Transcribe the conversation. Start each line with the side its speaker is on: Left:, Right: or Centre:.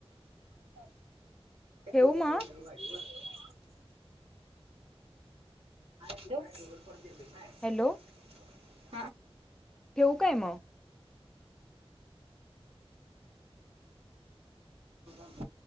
Right: <unintelligible>
Centre: ठेवू मग
Right: ठेऊ. <unintelligible>
Centre: हॅलो ठेवू काय मग
Right: हा! <unintelligible>